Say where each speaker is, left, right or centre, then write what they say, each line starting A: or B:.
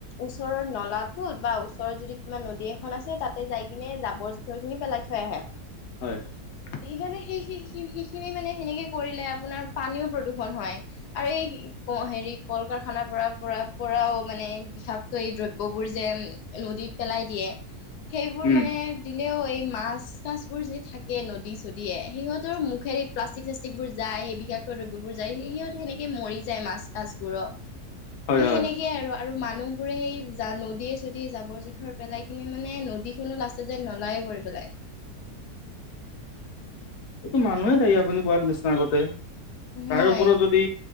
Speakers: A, on the left (about 85°); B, on the left (about 65°).
A: ওচৰৰ নলা টোত বা ওচৰত যদি কিবা নদী এখন আছে তাতে যাই কিনে জাবৰ জোথৰ খিনি পেলাই থৈ আহে
B: হয়।
A: সেইকাৰণে সেই সেইখিনি মানে সেনেকে কৰিলে আপোনাৰ পানীও প্ৰদূষণ হয় আৰু এই হেৰি কল কাৰখানাৰ পৰা পৰা পৰাও মানে বিষাক্ত এই দ্ৰব্যবোৰ যে নদীত পেলাই দিয়ে সেইবোৰ
B: উম।
A: মানে হলেও এই মাছ কাছ বোৰ যদি থাকে নদী চদিয়ে সিহঁতৰ মুখেৰে এই প্লাষ্টিক চাষ্টিক বোৰ যায় সেই বিষাক্ত দ্ৰব্যবোৰ যায় সিহঁত সেনেকে মৰি যায় মাছ কাছবোৰো
B: হয়
A: সেই
B: হয়
A: সেনেকে আৰু আৰু মানুহ বোৰে সেই নদীয়ে চদীয়ে জাবৰ জোথৰ পেলাই কিনে মানে নদীখনো লাষ্টত যায় নলায় কৰি পেলায়
B: এইটো মানুহে দায়ী আপুনি কোৱাত নিচিনা আগতে
A: হয়
B: তাৰ উপৰো যদি